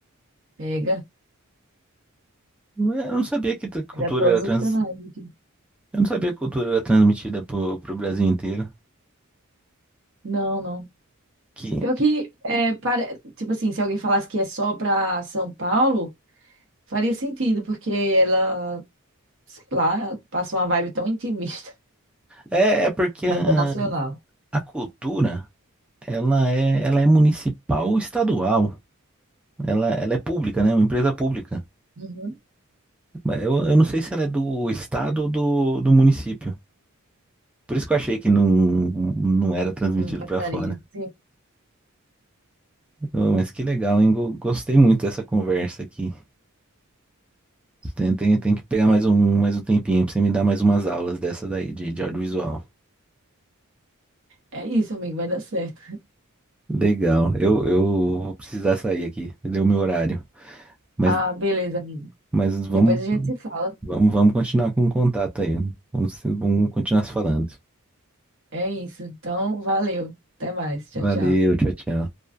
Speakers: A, on the right; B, in the centre.
A: pega,
B: Não é- Eu não sabia que tra-
A: pega
B: cultura
A: todos
B: era trans,
A: os canais aqui.
B: eu não sabia que cultura era transmitida pro, pro Brasil inteiro.
A: Não, não.
B: Que
A: Pior que, é, pare- tipo assim, se alguém falasse que é só pra São Paulo, faria sentido, porque ela, sei lá, passa uma vibe tão intimista,
B: é, é porque
A: mas
B: a,
A: é nacional.
B: a cultura ela é ela é municipal ou estadual. Ela, ela é pública, né? É Uma empresa pública.
A: Uhum.
B: Mas Eu, eu não sei se ela é do estado ou do, do município. Por isso que eu achei que não, não era transmitido
A: Não passaria.
B: para fora.
A: Sim.
B: Oh, mas que legal, hein? Go- Gostei muito dessa conversa aqui. Tem, tem, tem que pegar
A: <laughs> Foi.
B: mais um, mais um tempinho pra você me dar mais umas aulas dessa daí de, de audiovisual.
A: É isso, amigo, vai dar certo.
B: Legal. Eu, eu vou precisar sair aqui. Deu meu horário. Mas,
A: Ah, beleza, amigo.
B: mas vamos,
A: Depois a gente se fala.
B: vamos, vamos continuar com o contato aí. Vamos, se- vamos continuar se falando.
A: É isso. Então, valeu. Até mais. Tchau,
B: Valeu,
A: tchau.
B: tchau, tchau.